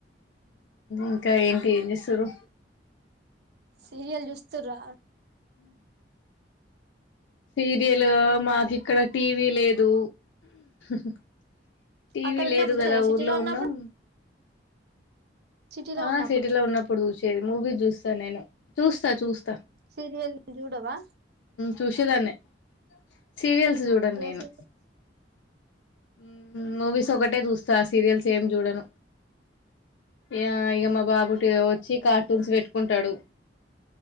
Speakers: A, on the left; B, on the right.
A: ఇంకా ఏంటి ఏం చేస్తురు
B: సీరియల్ చూస్తుర్రా.
A: సీరియల్ లు మాకు ఇక్కడ టీవీ లేదు. <inaudible> టీవీ
B: అక్కడ ఉన్నప్పుడు
A: లేదు
B: చూసేదా
A: గదా
B: సిటీలో
A: ఊర్లో
B: ఉన్నప్పుడు
A: ఉన్నాం.
B: సిటీలో
A: ఆ
B: ఉన్నప్పుడు
A: సిటీలో ఉన్నప్పుడు చూసేది మూవీ చూస్తాను నేను. చూస్తా చూస్.
B: సీరియల్ చూడవా
A: చూసేదాన్ని సీరియల్స్ చూడన్ నేను
B: ఏ సీరియల్
A: ఉ మూవీస్ ఒకటే చూస్తా సీరియల్స్ ఏం చూడను ఏ ఇక మా బాబు వచ్చి కార్టూన్స్ పెట్టుకుంటడు